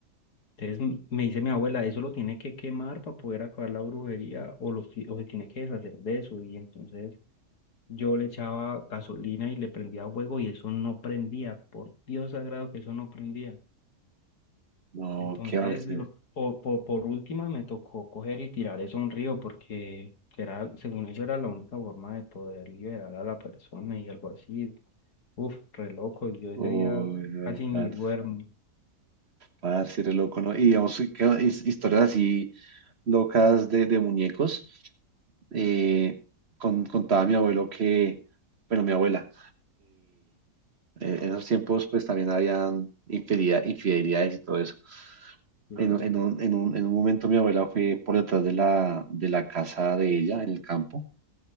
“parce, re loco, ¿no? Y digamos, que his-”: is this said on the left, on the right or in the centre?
Right